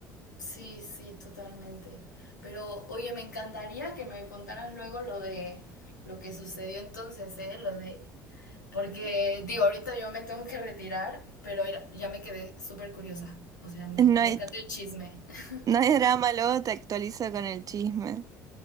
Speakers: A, on the left; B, on the right.
A: Sí, sí, totalmente. Pero, oye, me encantaría que me contaras luego lo de lo que sucedió entonces, ¿eh? Lo de Porque, digo, ahorita yo me tengo que retirar, pero era- ya me quedé súper curiosa. O sea, ne-
B: No
A: me
B: hay,
A: encanta el chisme. <laughs>
B: no hay drama, luego te actualizo con el chisme. <laughs>